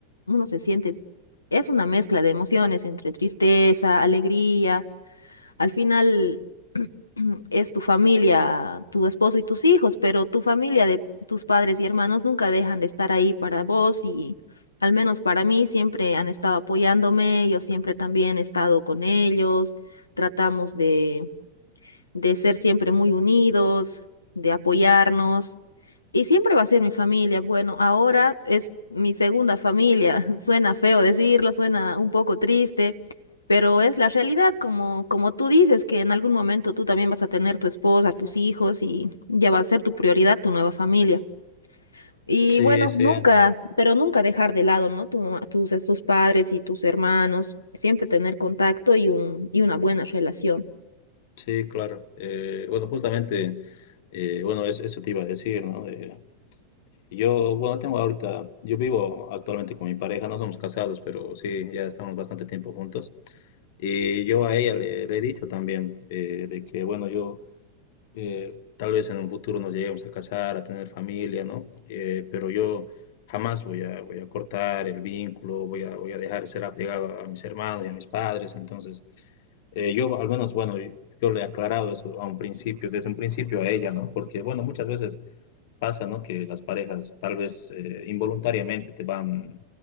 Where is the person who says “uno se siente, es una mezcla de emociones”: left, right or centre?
Left